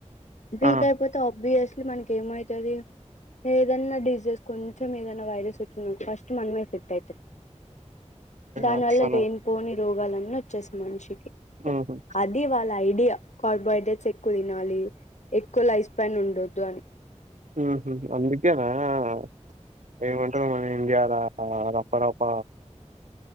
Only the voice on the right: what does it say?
ఆ ఆ
అట్లనా
ఊహూ
హ అమ్ందుకేనా ఆ ఏమిమంటారు మనీ ఇయల రప్ప రప్ప